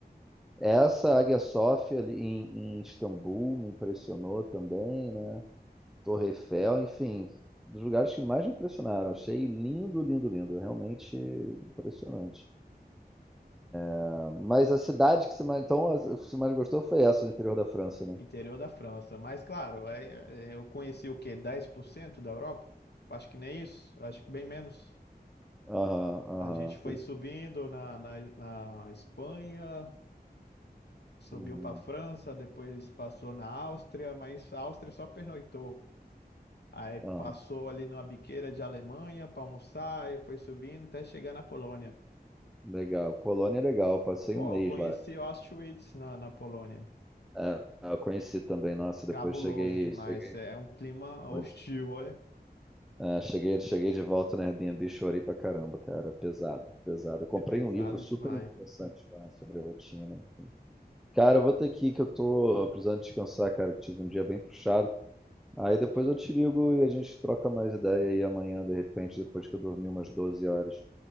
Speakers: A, in the centre; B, on the left (about 80°).
A: Essa Águia Sofia ali em, em Istambul me impressionou também, né? Torre Eiffel, enfim, dos lugares que mais me impressionaram. Achei lindo, lindo, lindo, realmente impressionante. Ah, Mas a cidade que você mais, então, a- que você mais gostou foi essa do interior da França, né?
B: Interior da França. Mas, claro, é, é, eu conheci o quê? dez por cento da Europa? Acho que nem isso. Acho que bem menos.
A: Aham, aham,
B: A gente
A: entendi.
B: foi subindo na, na, na Espanha, subiu
A: Uhum,
B: para a França, depois passou na Áustria, mas a Áustria só pernoitou. Aí passou
A: aham,
B: ali numa biqueira de Alemanha para almoçar e foi subindo até chegar na Polônia.
A: legal. Polônia é legal, passei
B: Pô,
A: um mês
B: eu conheci
A: lá.
B: Auschwitz na, na Polônia.
A: Ah, eu conheci também, nossa, depois
B: Cabuloso
A: cheguei,
B: demais.
A: cheguei
B: É é um clima
A: muito.
B: hostil, olha.
A: Ah, cheguei, cheguei de volta na Airbnb, chorei pra caramba, cara. Pesado, pesado. Eu comprei
B: É pesado
A: um livro super
B: demais.
A: interessante lá sobre rotina. enfim. Cara, eu vou ter que ir, que eu tô precisando descansar, cara, que tive um dia bem puxado. Aí depois eu te ligo e a gente troca mais ideia aí amanhã, de repente, depois que eu dormi umas doze horas.